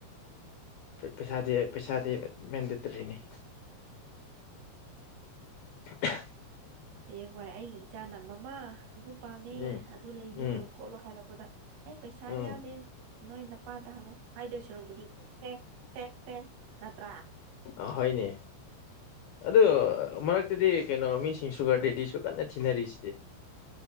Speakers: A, on the left; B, on the right.
A: ꯄꯩꯁꯥꯗꯤ ꯄꯩꯁꯥꯗꯤ ꯃꯦꯟꯗꯦꯇꯔꯤꯅꯤ <inaudible>
B: ꯍꯌꯦꯡ ꯋꯥꯏ ꯑꯩꯒꯤ ꯏꯆꯥꯅ ꯃꯃꯥ ꯑꯗꯨ ꯄꯥꯝꯃꯦ
A: ꯎꯝ
B: ꯑꯗꯨ ꯂꯩꯕꯤꯌꯨ
A: ꯎꯝ
B: ꯈꯣꯠꯂꯣ ꯍꯥꯏꯔꯛꯄꯗ ꯑꯩ ꯄꯩꯁꯥ
A: ꯎꯝ
B: ꯌꯥꯎꯗꯦ ꯅꯣꯏ ꯅꯄꯥꯗ ꯍꯥꯏꯗꯣꯏ ꯁꯔꯨꯛꯕꯨꯗꯤ ꯁꯦ ꯁꯦ ꯁꯦ ꯅꯠꯇ꯭ꯔꯥ
A: ꯑ ꯍꯅꯦ ꯑꯗꯨ ꯃꯔꯛ ꯑꯗꯨꯨꯗꯤ ꯀꯩꯅꯣ ꯃꯤꯁꯤꯡ ꯁꯨꯒꯔꯗꯗꯤ ꯁꯁꯨ ꯀꯟꯅ ꯊꯤꯅꯔꯤꯁꯤꯗꯤ